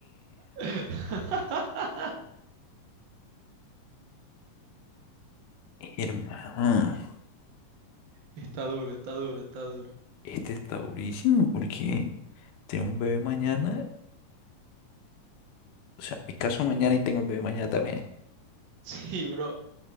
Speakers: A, on the right; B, on the left.
A: <laughs>
B: Hermano,
A: Está duro, está duro, está duro.
B: este está durísimo porque tengo un bebé mañana. O sea, me caso mañana y tengo el bebé mañana también.
A: Sí, bro.